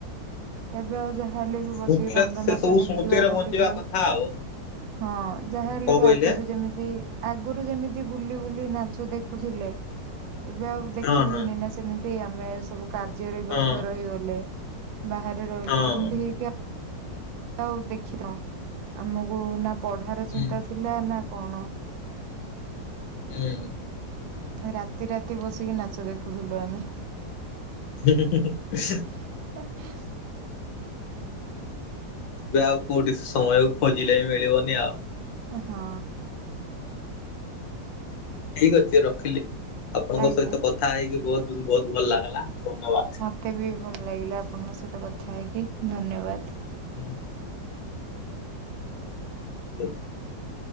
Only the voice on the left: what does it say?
ସ୍ମୃତିର
ସେ
ସବୁ
ସ୍ମୃତିରେ ବଞ୍ଚିବା
କଥା ଆଉ।
କଣ
କହିଲେ
ହଁ
ହଁ
ହଁ
ହଁ
ହୁଁ।
ହୁଁ।
ହୁଁ ହୁଁ ହୁଁ।
ଏବେ ଆଉ କୋଉଠି ସମୟ ଖୋଜିଲେ ବି ମିଳିବନି ଆଉ।
ଠିକ ଅଛି ରଖିଲି ଆପଣଙ୍କ
ସହିତ କଥା ହେଇକି ବହୁତ ବହୁତ ଭଲ ଲାଗିଲା। ଧନ୍ୟବାଦ।
ହୁଁ। <unintelligible>